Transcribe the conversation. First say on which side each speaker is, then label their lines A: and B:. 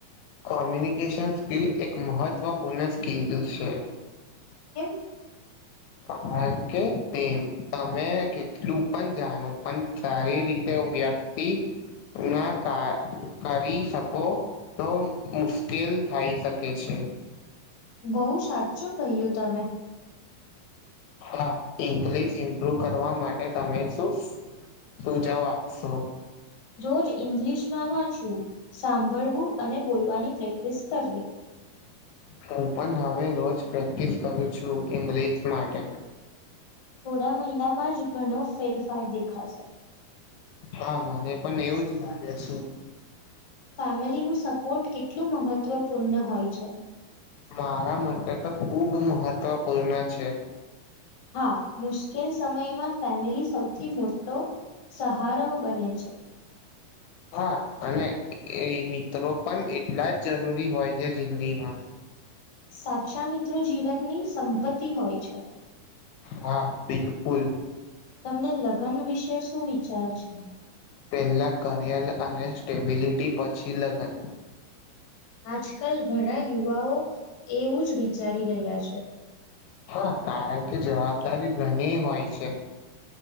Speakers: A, on the left; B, on the left.
A: કોમ્યુનિકેશન સ્કિલ એક મહત્વપૂર્ણ સ્કિલ છે
B: <inaudible>
A: કારણ કે તે તમે કેટલું પણ જાણો પણ સારી રીતે વ્યક્તિ ના કા કરી શકો તો મુશ્કેલ થઈ શકે છે
B: બહુ સાચું કહ્યું તમે
A: હા ઇન્ક્રીઝ ઇમ્પ્રુવ કરવા માટે તમે શું તું જઓ આપશો
B: રોજ ઈંગ્લિશમાં વાંચવું સાંભળવું અને બોલવાની પ્રેક્ટિસ કરવી
A: હું પણ હવે રોજ પ્રેક્ટિસ કરું છું ઇંગ્લિશ માટે
B: થોડા મહિનામાં જ ઘણો ફેરફાર દેખાશે
A: હા મને પણ એવું જ લાગે છે
B: ફેમિલીનું સપોર્ટ કેટલું મહત્વપૂર્ણ હોય છે
A: મારા માટે તો ખુબ મહત્વપૂર્ણ છે
B: હા મુશ્કેલ સમયમાં ફેમિલી સૌથી મોટી મોટો સહારો બને છે
A: હા અને એ મિત્રો પણ એટલા જ જરૂરી હોય છે જિંદગીમાં
B: સાચા મિત્રો જીવનની સંપત્તિ હોય છે
A: હા બિલકુલ
B: તમને લગ્ન વિશે શું વિચાર છે
A: પેલા કરિયર અને સ્ટેબિલિટી પછી લગન
B: આજકાલ ઘણા યુવાઓ એવું જ વિચારી રહ્યા છે
A: હા કારણ કે જવાબદારી ઘણી હોય છે